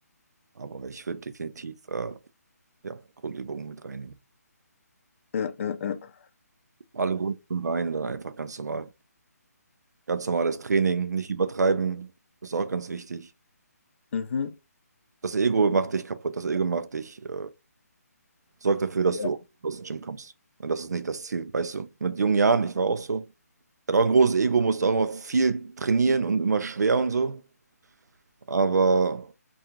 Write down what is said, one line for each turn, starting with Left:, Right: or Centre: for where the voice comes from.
Right: aber ich würde definitiv äh, ja, Grundübungen mit reinnehmen.
Left: ja, ja, ja.
Right: Alle Grundübungen rein und dann einfach ganz normal, ganz normales Training, nicht übertreiben. Das ist auch ganz wichtig.
Left: Mhm.
Right: Das Ego macht dich kaputt, das Ego macht dich, äh, sorgt dafür, dass
Left: Ja,
Right: du aus dem Gym kommst. Und das ist nicht das Ziel, weißt du? Mit jungen Jahren, ich war auch so. Hat auch ein großes Ego, musste auch immer viel trainieren und immer schwer und so. Aber